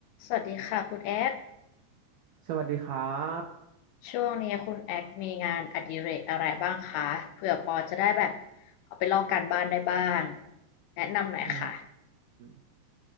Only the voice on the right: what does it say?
สวัสดีครับ
อืม